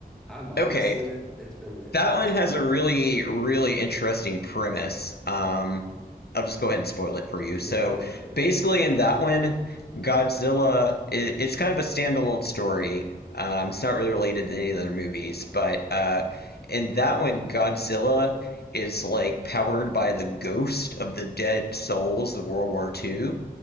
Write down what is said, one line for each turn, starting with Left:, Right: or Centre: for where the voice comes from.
Centre: i have I might
Left: Okay,
Centre: have seen it. It's been
Left: That
Centre: that's
Left: one has
Centre: been long.
Left: a really, really interesting premise. Um, I'll just go ahead and spoil it for you.
Centre: Yeah,
Left: So
Centre: sure. Go ahead.
Left: basically, in that one, Godzilla, it, it's kind of a standalone story. Um, it's not really related to any of the other movies, but uh, in that one, Godzilla is like powered by the ghost of the dead souls of World War II.